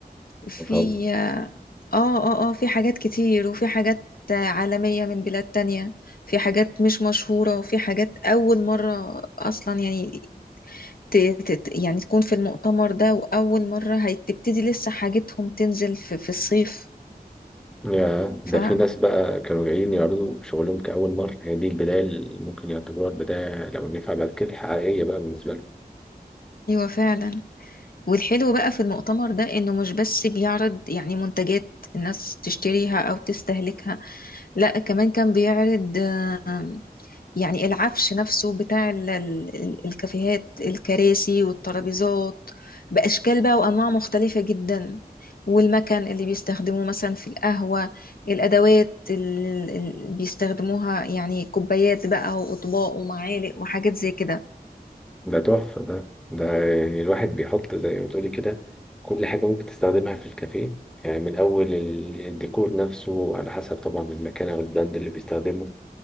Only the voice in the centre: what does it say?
طبعا
يا
ده في ناس بقى كانوا جايين يعرضوا شغلهم كأول مرة هي دي البداية اللي ممكن يعتبروها البداية لو نفع بعد كده الحقيقية بقى بالنسبة لهم
ده تحفة ده ده يعني الواحد بيحط زي ما تقولي كده كل حاجة ممكن تستخدمها في الكافيه يعني من أول ال- الديكور نفسه على حسب طبعا المكان أو البراند اللي بيستخدمه